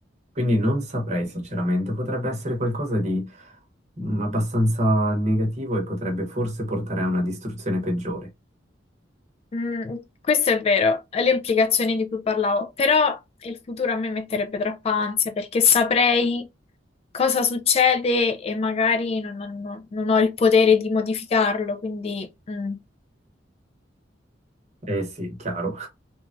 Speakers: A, on the right; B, on the left.
A: Quindi non saprei sinceramente, potrebbe essere qualcosa di mm, abbastanza negativo e potrebbe forse portare a una distruzione peggiore.
B: mm, questo è vero, le implicazioni di cui parlavo, però il futuro a me metterebbe troppa ansia perché saprei cosa succede e magari non, non- non ho il potere di modificarlo, quindi... mm.
A: Eh sì, chiaro,